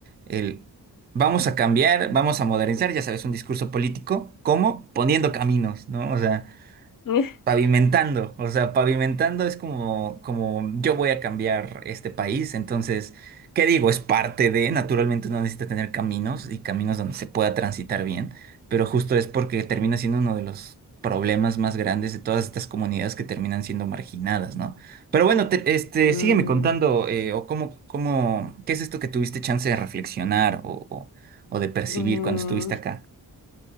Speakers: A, on the right; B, on the left.
A: el vamos a cambiar, vamos a modernizar, ya sabes, un discurso político, ¿cómo? Poniendo caminos, ¿no? O sea...
B: <laughs>
A: Pavimentando, o sea, pavimentando es como, como yo voy a cambiar este país, entonces, ¿qué digo? Es parte de, naturalmente uno necesita tener caminos y caminos donde se pueda transitar bien, pero justo es porque termina siendo uno de los problemas más grandes de todas estas comunidades que terminan siendo marginadas, ¿no? Pero bueno, te- este,
B: Mm,
A: sígueme contando, eh, o cómo, cómo, ¿qué es esto que tuviste chance de reflexionar o, o, o de percibir
B: mm,
A: cuando estuviste acá?